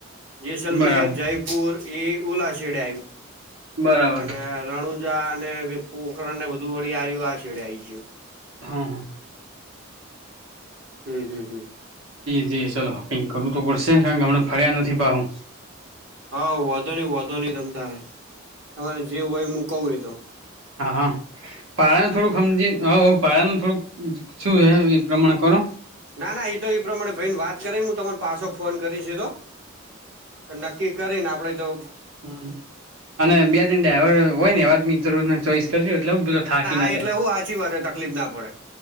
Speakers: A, on the right; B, on the right.
A: જેસલમેર
B: બરાબર
A: જયપુર એ એ ઓલા છેડે આયવું
B: બરાબર
A: અને રણુ જા ને પોખરણ ને બધું વળી આયરુ આ છેડે આઈ ગીયુ.
B: હા
A: હમ હમ હમ
B: જી ચલો કઈ કરવું તો પડશે ને કારણ કે હમણા ફર્યા નથી પાહુ.
A: હા, વધો નઈ વધો નઈ તમ તારે તમારે જે હોય હું કું એતો.
B: હા પાળા નું થોડુંક સમજી હ પાળા નું થોડુંક શું હે એ પ્રમાણે કરો.
A: ના ના એતો એ પ્રમાણે ભઈ ને વાત કરી ને હું તમારો પાછો ફોન કરીશ એતો. તો નક્કી કરીને આપડે જો
B: હ અને બે તણ દાઈવર હોય ને એવાજ મિત્રો ને ચોઈસ પછી એટલે હુ પેલો થાકી ના
A: આ
B: જાય.
A: એટલે હું સાચી વાત છે તકલીફ ના પડે